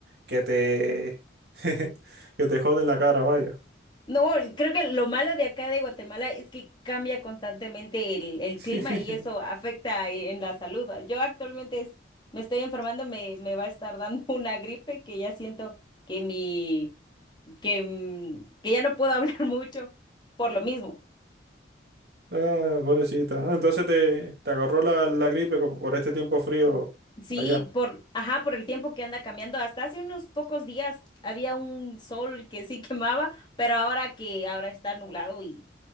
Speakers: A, on the right; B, on the left.
A: que te, <laughs> que te jode en la cara, vaya.
B: No, creo que lo malo de acá de Guatemala es que cambia constantemente el, el
A: <laughs>
B: clima y eso afecta e- en la salud. Yo actualmente es- me estoy enfermando, me, me va a estar dando <laughs> una gripe que ya siento que mi, que, mm, que ya no puedo <laughs> hablar mucho por lo mismo.
A: Ah, pobrecita. Ah, entonces te, te agarró la, la gripe como por este tiempo frío
B: Sí,
A: allá.
B: por, ajá, por el tiempo que anda cambiando. Hasta hace unos pocos días había un sol que sí <laughs> quemaba, pero ahora que ahora está nublado y,